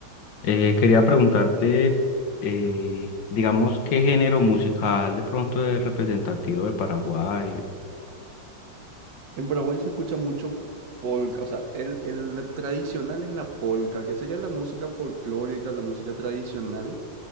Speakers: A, on the left; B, on the right.
A: Eh, quería preguntarte, eh, digamos, ¿qué género musical de pronto es representativo de Paraguay?
B: En Paraguay se escucha mucho polka, o sea, el, el tradicional es la polka, que sería la música folclórica, la música tradicional,